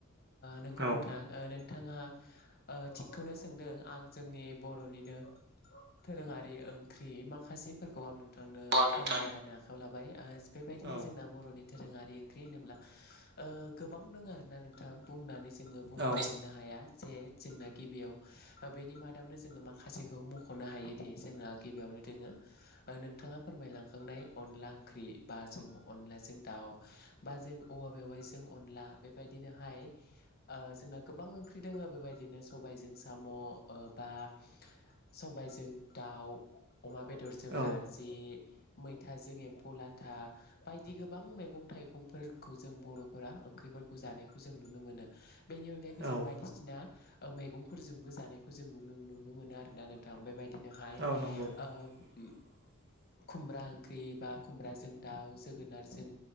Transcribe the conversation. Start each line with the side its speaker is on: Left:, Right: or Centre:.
Left: नोंगौ
Right: औ
Left: नोंथां नोंथाङा ओ थिगखौनो सोंदों आं जोंनि बर'निनो दोरोंआरि ओंख्रि माखासेफोरखौ आं नों थांनो
Right: औ नोंथां
Left: फोरमायना होनो आखायाव लाबाय आ बेबायदिनो
Right: औ
Left: जोंना बर'नि दोरोंआरि ओंख्रि होनोब्ला ओ गोबां दोङो आरोना नोंथां बुंनानै जोङो बुंख'जोबनो
Right: औ
Left: हाया जे जोंना गिबियाव बेनि मादावनो जोङो माखासेखौ मख'नो हायोदि जोंहा गिबियावनो दोङो- नोंथाङा फोरमायलांखांनाय अनला ओंख्रि बा- जों अनलाजों दाउ बा जों- औवा मेवाइजों अनला बेबायदिनोहाय ओ जोंना गोबां ओंख्रि दोङो बेबायदिनो सबाय- जों साम' ओ बा सबायजों‌ दाउ। अमा बेदरजों
Right: औ
Left: नारजि। मैथाजों एम्फौ लाथा बायदि गोबां मैगं थाइगंफोर- खौ जों बर'फोरा ओंख्रिफोरखौ जानायखौ जों नुनो मोनो बेनि अनगायैबो
Right: औ
Left: जों बायदिसिना ओ मैगंफोरजोंबो जानायखौ जों नुनो मोनो आरोना नोंथां। बेबायदिनोहाय
Right: औ नंगौ
Left: ओ
Right: <inaudible>
Left: खुमब्रा ओंख्रि बा खुमब्राजों दाउ जोगोनारजों